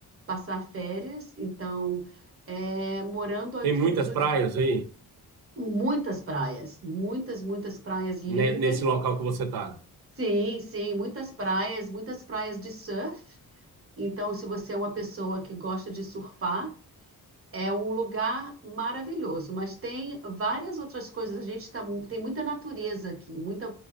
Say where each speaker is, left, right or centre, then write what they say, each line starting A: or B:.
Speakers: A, on the right; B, on the right.
A: passar férias, então é, morando aqui
B: Tem muitas
A: nos últimos,
B: praias aí
A: muitas praias, muitas, muitas praias lindas.
B: ne- nesse local que você tá.
A: Sim, sim, muitas praias, muitas praias de surf. Então, se você é uma pessoa que gosta de surfar, é um lugar maravilhoso. Mas tem várias outras coisas. A gente tá, mu- tem muita natureza aqui, muita,